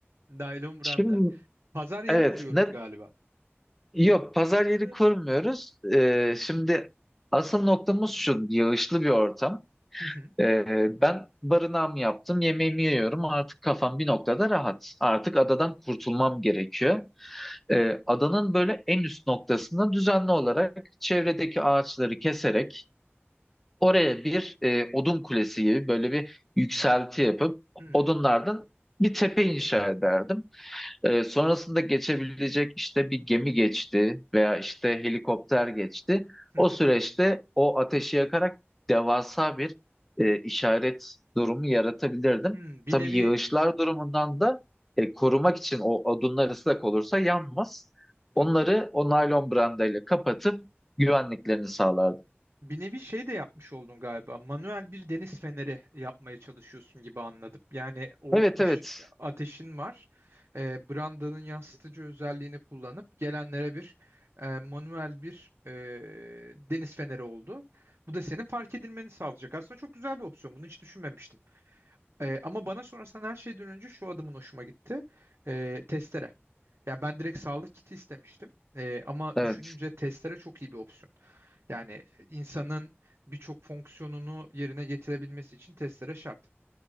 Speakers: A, on the right; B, in the centre.
A: Naylon branda.
B: Şimdi
A: Pazar yeri
B: evet
A: kuruyoruz
B: ne
A: galiba.
B: yok pazar yeri
A: Hı
B: kurmuyoruz. E, şimdi asıl noktamız şu yağışlı bir ortam.
A: hı,
B: Ee, ben barınağımı yaptım, yemeğimi yiyorum. Artık kafam bir noktada rahat. Artık adadan kurtulmam gerekiyor. Ee, adanın böyle en üst noktasında düzenli olarak çevredeki ağaçları keserek oraya bir e, odun kulesi gibi böyle bir yükselti yapıp
A: hı hı,
B: odunlardan bir tepe inşa ederdim. Ee, sonrasında geçebilecek işte bir gemi geçti veya işte helikopter geçti.
A: hı
B: O
A: hı.
B: süreçte o ateşi yakarak devasa bir e, işaret durumu yaratabilirdim.
A: Hmm, bir
B: Tabii
A: nevi
B: yağışlar durumundan da e, korumak için o odunlar ıslak olursa yanmaz.
A: tabii.
B: Onları o naylon brandayla kapatıp güvenliklerini sağlardım.
A: Bir nevi şey de yapmış oldun galiba. Manuel bir deniz feneri yapmaya çalışıyorsun gibi anladım. Yani o
B: Evet
A: ış,
B: evet.
A: ateşin var. E, brandanın yansıtıcı özelliğini kullanıp gelenlere bir e, manuel bir e, deniz feneri oldu. Bu da senin fark edilmeni sağlayacak. Aslında çok güzel bir opsiyon. Bunu hiç düşünmemiştim. E, ama bana sorarsan her şeyden önce şu adımın hoşuma gitti. E, testere. Ya ben direkt sağlık kiti istemiştim. Ee, ama
B: Evet.
A: düşününce testere çok iyi bir opsiyon. Yani insanın birçok fonksiyonunu yerine getirebilmesi için testere şart.